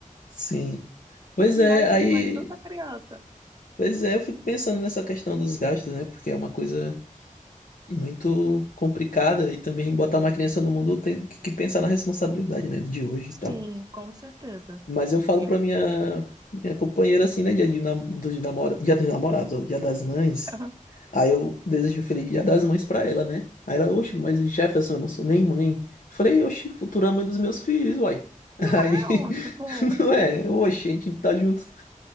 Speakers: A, on the left; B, on the right.
A: Sim. Pois
B: Imagine
A: é, aí,
B: mais outra criança.
A: pois é, eu fico pensando nessa questão dos gastos, né? Porque é uma coisa muito complicada e também botar uma criança no mundo tem que que pensar na responsabilidade, né, de hoje e tal.
B: Sim, com certeza.
A: Mas eu falo
B: Eu.
A: pra minha minha companheira assim, né, dia de nam- dos namora, dia dos namorados, ó, dia das mães.
B: <laughs>
A: Aí eu desejo um feliz dia das mães pra ela, né? Aí ela, oxe, mas Jefferson, eu não sou nem mãe. Eu falei, oxe, futura mãe dos meus filhos, uai.
B: Não
A: Aí,
B: é
A: <laughs>
B: ótimo.
A: não é, oxe, a gente tá junto.